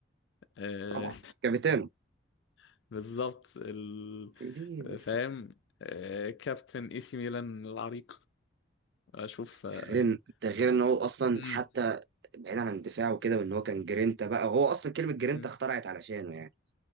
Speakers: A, on the left; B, on the right.
A: آه،
B: طبعا كابتن
A: <laughs> بالظبط ال-
B: دي دي
A: فاهم آه، كابتن اي سي ميلان العريق اشوف آه،
B: ده غير
A: يعني
B: ان ده غير ان هو اصلا
A: امم
B: حتى بعيدا عن دفاعه وكده وان هو كان جرينتا بقى هو اصلا كلمه جرينتا
A: مم.
B: اخترعت علشانه يعني